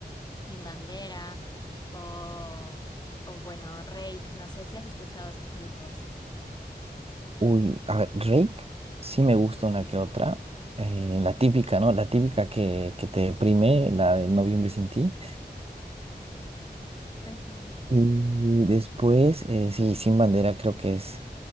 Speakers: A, on the left; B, on the right.
A: Sin Bandera o, o bueno, Reik. No sé si has escuchado esos grupos.
B: Uy, a ver, Drake sí me gusta una que otra. eh,
A: Mm,
B: la típica, ¿no? La típica que, que te deprime, la de Noviembre sin ti.
A: Pues sí.
B: Y después, eh, sí, Sin Bandera creo que es